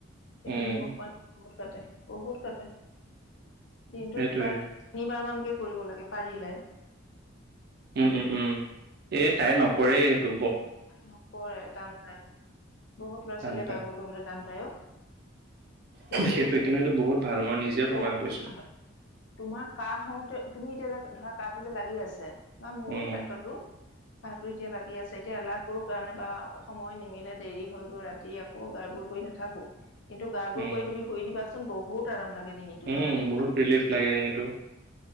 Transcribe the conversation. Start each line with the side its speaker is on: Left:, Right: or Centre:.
Left: সেইটো
Right: উম,
Left: নিমখ পোৱা <unintelligible> কাটে, বহুত কাটে। দিনটোত
Right: সেইটোৱে।
Left: প্ৰায় তিনিবাৰমান ঠিকে কৰিব লাগে, পাৰিলে।
Right: উম, উম, উম, এই তাই নকৰে এইটো।
Left: নকৰে টান পাই বহুত ল'ৰা-ছোৱালীয়ে
Right: টান পাই।
Left: গাৰ্গোল কৰিবলৈ টান পাই অ'। কিন্তু
Right: সেইটোৱে সেইটো বহুত ভাল মই নিজে প্ৰমাণ
Left: বহুত
Right: পাইছো।
Left: ভাল তোমাৰ কাঁহ হওঁতে তুমি এতিয়া ধৰা কাঁহটো যে লাগি আছে। বা মোৰো
Right: উম,
Left: ক্ষেত্ৰটো <unintelligible> টো এতিয়া লাগি আছে এতিয়া এলাহ কৰোঁ কাৰণে বা সময় নিমিলে দেৰি হৈ গৈ ৰাতি আকৌ গাৰ্গোল কৰি নাথাকো। কিন্তু গাৰ্গোল
Right: উম।
Left: কৰি তুমি শুই দিবা চোন বহুত আৰাম লাগে। ডিঙিটো
Right: উম,
Left: জানানে
Right: বহুত ৰিলিফ লাগে কিন্তু।